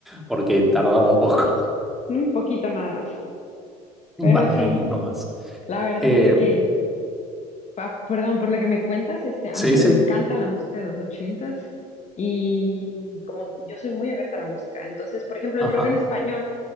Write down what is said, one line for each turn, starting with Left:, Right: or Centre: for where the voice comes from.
Centre: porque tardaba un poco,
Left: un poquito nada más,
Centre: <laughs> un
Left: pero
Centre: par de
Left: sí,
Centre: años nomás.
Left: la verdad
Centre: Eh,
Left: es de que Pa- perdón, por lo que me cuentas, este, a
Centre: Sí,
Left: mí también
Centre: sí,
Left: me encanta la música de los ochentas y como yo soy muy abierta a la música, entonces, por ejemplo,
Centre: Ajá,
Left: el rock en español,